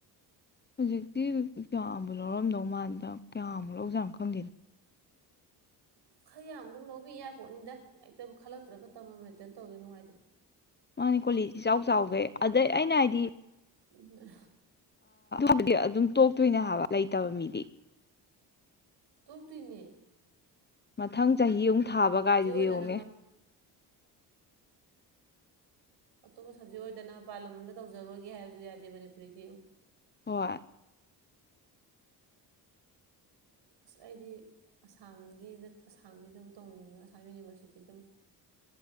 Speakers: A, on the left; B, on the right.
A: ꯍꯧꯖꯤꯛꯇꯤ ꯀꯌꯥꯃꯨꯛ ꯂꯧꯔꯝꯗꯧ ꯃꯥꯟꯗ ꯀꯌꯥꯃꯨꯛ ꯂꯧꯖꯥꯅꯣ ꯈꯪꯗꯦꯅ
B: ꯈꯔ ꯌꯥꯝ ꯑꯗꯨꯝ ꯂꯧꯕꯤ ꯌꯥꯔꯄꯣꯠꯅꯤꯗ ꯑꯩꯇ ꯈꯜꯂꯛꯇ꯭ꯔꯒ ꯇꯝꯃꯇ ꯇꯧꯗ ꯅꯨꯡꯉꯥꯏꯇꯦ
A: ꯃꯥꯅꯤ ꯀꯣꯂꯦꯁꯁꯤ ꯏ ꯆꯥꯎ ꯆꯥꯎꯈꯦ ꯑꯗꯩ ꯑꯩꯅ ꯍꯥꯏꯗꯤ
B: ꯑ
A: ꯑꯗꯤ ꯑꯗꯨꯝ ꯇꯣꯛꯇꯣꯏꯅꯦ ꯍꯥꯏꯕ ꯂꯩꯇꯕ ꯃꯤꯗꯤ
B: ꯇꯣꯛꯇꯨꯏꯅꯦ
A: ꯃꯊꯪ ꯆꯍꯤ ꯑꯃꯨꯛ ꯊꯥꯕ ꯀꯥꯏꯗꯨꯗꯤ
B: ꯑꯣꯏꯗꯅ
A: ꯌꯦꯡꯉꯨꯅꯦ
B: ꯑꯇꯣꯞꯄ ꯁꯕꯖꯦꯛ ꯑꯣꯏꯗꯅ ꯃꯄꯥꯜ ꯂꯝ ꯑꯗ ꯇꯧꯖꯔꯣꯏꯒꯦ ꯍꯥꯏꯕꯁꯨ ꯌꯥꯗꯦ ꯃꯅꯤꯄꯨꯔꯤꯗꯤ
A: ꯍꯣꯏ
B: ꯑꯁ ꯑꯩꯗꯤ ꯑꯁꯥꯝꯒꯤꯗ ꯑꯁꯥꯝꯒꯤꯗꯕꯨ ꯇꯧꯅꯤꯡꯉꯤꯉꯣ ꯑꯁꯥꯝ ꯌꯨꯅꯤꯚꯔꯁꯤꯇꯤꯗꯕꯨ